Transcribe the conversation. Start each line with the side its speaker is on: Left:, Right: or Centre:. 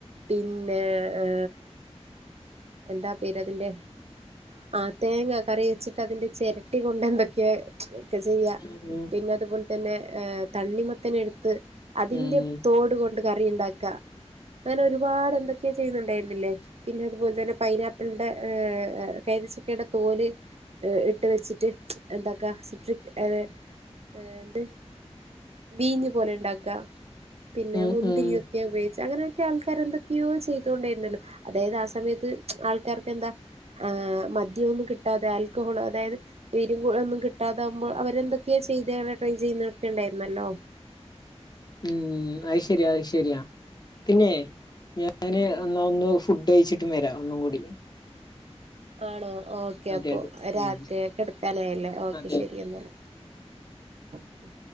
Right: പിന്നെ ഏ എന്താ പേരതിൻ്റെ ആഹ് തേങ്ങ കറി വെച്ചിട്ട് അതിന്റെ ചിരട്ടി കൊണ്ട് എന്തൊക്കെയാ ഒക്കെ ചെയ്യാ
Left: ഉം
Right: പിന്നെ അതുപോലെ തന്നെ ഏഹ് തണ്ണിമത്തനെടുത്ത് അതിന്റെ
Left: ഉം
Right: തോട് കൊണ്ട് കറി ഇണ്ടാക്ക അങ്ങനെ ഒരുപാട് എന്തൊക്കെയാ ചെയ്യുന്നുണ്ടായിരുന്നില്ലേ പിന്നെ അതുപോലെ തന്നെ പൈനാപ്പിളിന്റെ ഏഹ് കരി തൈ ചക്കേടെ തോല് എ ഇട്ട് വെച്ചിട്ട് ഇണ്ടാക്ക സിട്രിക് ഏഹ് എന്ത് ബീഞ്ഞു പോലെ ഇണ്ടാക്കാ പിന്നെ
Left: ഉം
Right: മുന്തിരിയൊക്കെ
Left: ഉം
Right: ഉപയോഗിച്ച് അങ്ങനെയൊക്കെ ആൾക്കാർ എന്തൊക്കെ എന്തൊക്കെയോ ചെയ്തൊണ്ടരുന്നല്ലോ അതായത് ആ സമയത്ത് ആൾക്കാർക്കെന്താ ആഹ് മദ്യമൊന്നും കിട്ടാതെ ആൽക്കോഹോൾ അതായത് വീര്യം ഒന്നും കിട്ടാതാകുമ്പോൾ അവരെന്തൊക്കെയാ ചെയ്യ് ഇതേവരെ ട്രൈ ചെയ്യുന്നൊക്കെണ്ടായിരുന്നല്ലോ.
Left: ഉം അയിശെരിയാ ആയിശെരിയ പിന്നെ ഞാന്
Right: ഉം
Left: എന്നാ ഒന്ന് ഫുഡ് കഴിച്ചിട്ടും വരാ ഒന്നും കൂടി
Right: ആണോ? ഓക്കെ
Left: അതെ
Right: അപ്പോ
Left: അതെ
Right: രാത്രി
Left: ഉം
Right: ആയ കെടക്കാനായില്ലേ? ഓക്കെ
Left: അതെ
Right: ശെരി എന്നാല്. ആഹ